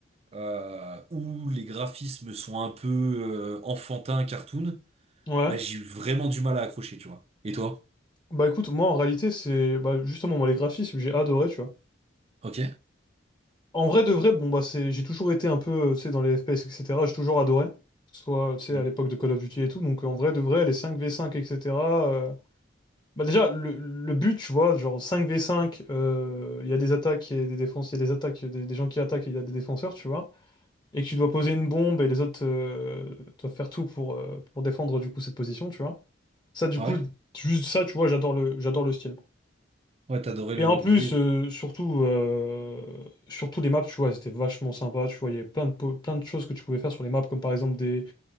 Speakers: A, on the right; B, on the left.
A: euh, où les graphismes sont un peu euh, enfantins, cartoon,
B: Ouais.
A: bah j'ai eu vraiment du mal à accrocher, tu vois. Et toi?
B: Bah écoute, moi, en réalité, c'est bah, justement, moi, les graphismes, j'ai adoré, tu vois.
A: Ok.
B: En vrai de vrai, bon bah c'est, j'ai toujours été un peu, euh, tu sais, dans les FPS, etc. J'ai toujours adoré, que ce soit, tu sais,
A: Mm.
B: à l'époque de Call of Duty et tout. Donc en vrai de vrai, les 5v5, etc. euh, Bah déjà, le, le but, tu vois, genre 5v5, euh, il y a des attaques et des défenses, il y a des attaques, il y a des, des gens qui attaquent et il y a des défenseurs, tu vois. Et que tu dois poser une bombe et les autres euh, doivent faire tout pour, euh, pour défendre du coup cette position, tu vois. Ça, du
A: Ouais.
B: coup, juste ça, tu vois, j'adore le, j'adore le style.
A: Ouais, t'adorais le-
B: Et en plus,
A: l'idée.
B: euh, surtout, euh, surtout les maps, tu vois, c'était vachement sympa, tu vois, il y avait plein de, po- plein de choses que tu pouvais faire sur les maps, comme par exemple des,